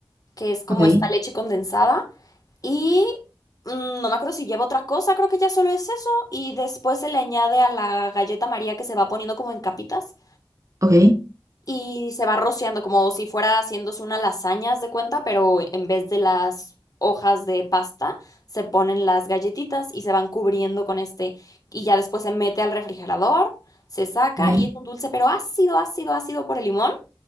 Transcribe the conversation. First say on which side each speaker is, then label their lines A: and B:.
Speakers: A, on the left; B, on the right.
A: que es como
B: ok,
A: esta leche condensada, y mm, no me acuerdo si lleva otra cosa, creo que ya solo es eso, y después se le añade a la galleta María que se va poniendo como en capitas.
B: ok,
A: y se va rociando como si fuera haciéndose una lasaña, haz de cuenta, pero en vez de las hojas de pasta, se ponen las galletitas y se van cubriendo con este y ya después se mete al refrigerador, se saca
B: bien.
A: y es un dulce, pero ácido, ácido, ácido por el limón.